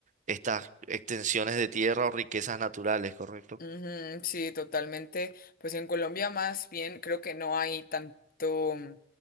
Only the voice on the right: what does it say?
estas extensiones de tierra o riquezas naturales, ¿correcto?